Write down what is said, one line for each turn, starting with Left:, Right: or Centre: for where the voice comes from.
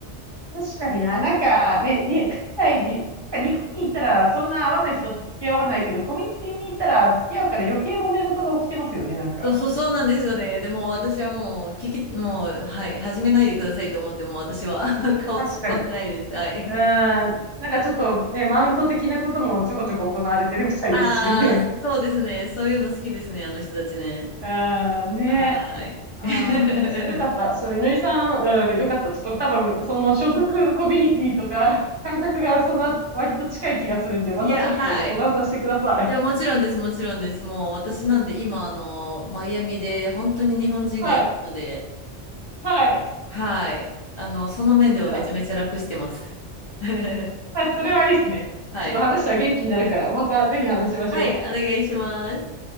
Right: 確かにな、なんかね、に、海外に、なんか日本に行ったらそんな会わない人と付き合わないけど、コミュニティに行ったら付き合うから余計揉め事が起きてますよね、なんか。
Left: そう <laughs> そうそうなんですよね。でも私はもう聞き、もう、はい、始めないでくださいと思って、もう私は <laughs> 顔突っ込んでないです。
Right: 確かに。う
Left: はい。
Right: ーん、なんかちょっとね、マウント的なこともちょこちょこ行われてるみたいですし。
Left: ああ、
Right: <laughs> う
Left: そうですね。そういうの好きですね、あの人たちね。
Right: ーん、ね。
Left: はーい。
Right: あーちょっとよかった。
Left: <laughs>
Right: ちょっとみのりさん、うん、よかった。ちょっと多分、その所属コミュニティとか、<laughs> 感覚がそんな割と近い気がするんで、またちょっと相談させてください。
Left: いや、はい。いや、もちろんです、もちろんです。もう私なんで今、あの、マイアミで本当に日本人がいないので、
Right: はい。はい。
Left: はい。あの、その面ではめちゃめちゃ楽してます。
Right: じゃあ。
Left: <laughs> は
Right: はい、それはいいですね。ちょっと話したら元気になるから、
Left: い。
Right: またぜひ話しましょう。
Left: はい、お願いします。